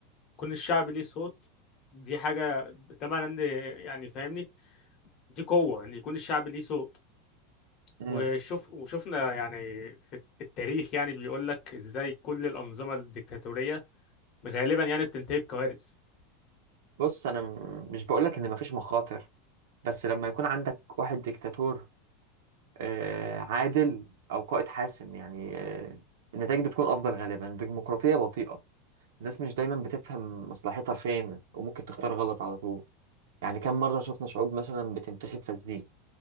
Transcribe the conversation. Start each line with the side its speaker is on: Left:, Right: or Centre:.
Left: كون الشعب ليه صوت دي حاجة تمام عندي يعني فاهمني دي قوة إن يكون الشعب ليه صوت
Right: مم.
Left: وشوف وشفنا يعني في التاريخ يعني بيقول لك إزاي كل الأنظمة الديكتاتورية غالبا يعني بتنتهي بكوارث
Right: بص انا م- مش بقولك ان مفيش مخاطر بس لما يكون عندك واحد ديكتاتور آه، عادل أو قائد حاسم يعني آه، النتائج بتكون أفضل غالبا الديمقراطية بطيئة الناس مش دايما بتفهم مصلحتها فين وممكن تختار غلط على طول يعني كم مرة شفنا شعوب مثلا بتنتخب فاسدين